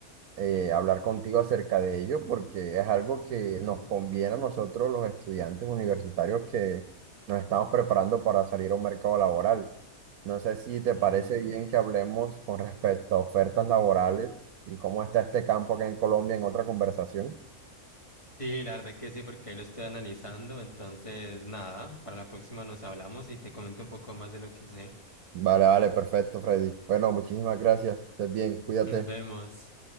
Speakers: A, on the right; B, on the left.
A: eh, hablar contigo acerca de ello porque es algo que
B: Ujú,
A: nos conviene a nosotros los estudiantes universitarios que nos estamos preparando para salir a un mercado laboral. No sé si te
B: ujú.
A: parece bien que hablemos con respecto a ofertas laborales y cómo está este campo aquí en Colombia en otra conversación.
B: Sí, la verdad que sí, porque ahí lo estoy analizando. Entonces, nada, para la próxima nos hablamos y te comento un poco más de lo que sé.
A: Vale, vale, perfecto, Freddy. Bueno, muchísimas gracias. Estés bien, cuídate.
B: Nos vemos.